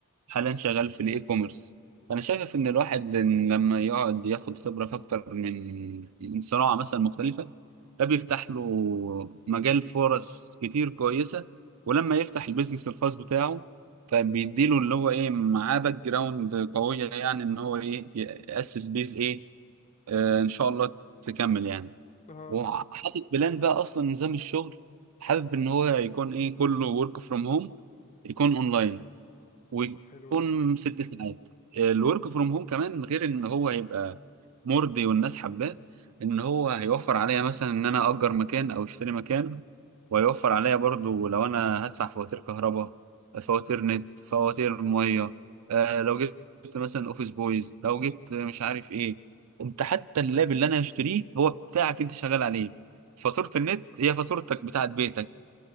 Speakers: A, on the right; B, on the left.
A: حاليا شغال في الاي كوميرس انا شايف ان الواحد إن لما يقعد ياخد خبره في اكتر من من صناعه مثلا مختلفه ده بيفتح له مجال فرص كتير كويسه ولما يفتح البيزنس الخاص بتاعه فبيديله اللي هو ايه معاه باك جراوند قويه يعني ان هو ايه ياسس بيز ايه آه ان شاء الله تكمل يعني
B: اه
A: وحاطط بلان بقى اصلا نظام الشغل حابب ان هو يكون ايه كله ورك فروم هوم يكون اونلاين ويكون
B: حلو ده
A: ست ساعات الورك فروم هوم كمان غير ان هو هيبقى مرضي والناس حباه ان هو هيوفر عليا مثلا ان انا اجر مكان او اشتري مكان وهيوفر عليا برضو لو انا هدفع فواتير كهرباء فواتير نت فواتير ميه آه لو جبت مثلا اوفيس بويز لو جبت مش عارف ايه انت حتى اللاب اللي انا هشتريه هو بتاعك انت شغال عليه فاتورة النت هي فاتورتك بتاعت بيتك